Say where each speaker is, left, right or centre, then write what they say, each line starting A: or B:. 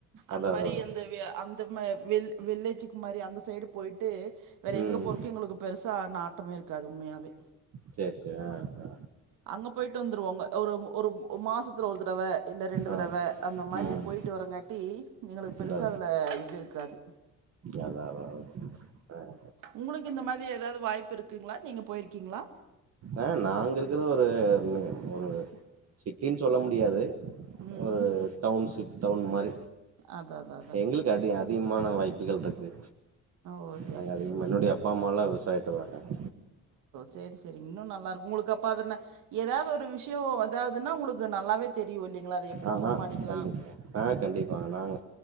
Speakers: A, on the right; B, on the right.
A: அதா
B: அந்த மாரி
A: அதா அதா
B: எந்த ந்தவியா அம் வெள்ளேச்சிக்கு மாரி அந்த சைடு போய்ட்டு வேற
A: ம்
B: எங்க போருக்கு எங்களுக்கு பெருசா நா ஆட்டமே இருக்காது உண்மையாவே
A: சரி சரி ஆ ஆ
B: அங்க போயிட்டு வந்துருவாங்க ஒரு ஒரு மாசத்துல ஒரு தடவை இல்ல ரெண்டு
A: ஆ
B: தடவை அந்த மாதிரி
A: ம்
B: போய்டிட்டு வரங்காட்டி எங்களுக்கு பெருசாக
A: அதா
B: அதில இது இருக்காது
A: அதா அதா ஆஹ்
B: உங்களுக்கு இந்த மாதிரி ஏதாவது வாய்ப்பு இருக்குங்களா நீங்க போயிருக்கீங்களா
A: ஆஹ் நாங்க இருக்கிறது ஒரு ஒரு சிட்டினி சொல்ல முடியாது
B: ம்
A: ஒரு டவுன்சிப் டவுன் மாரி
B: அதா அதா அதாங்க
A: எங்களுக்கு அடி மான வாய்ப்புகள் இருக்குது
B: ஓ சரி
A: நாங்க அதிக
B: சரி
A: என்னோடைய அப்பா அம்மா எல்லாம் விவசாயத்தலதா இருகாங்க
B: செரி செரி இன்னும் நல்லா இருக்கும் உங்களுக்கு அப்பா அன ஏதாவது ஒரு விஷயம் அதாவதுன்னா உங்களுக்கு நல்லாவே தெரியு இல்லைங்களா அத எப்டி
A: ஆஹ்ஹ
B: சமாளிக்கலா
A: கண்டிப்பா ஆஹ் கண்டிப்பாங்க நாங்க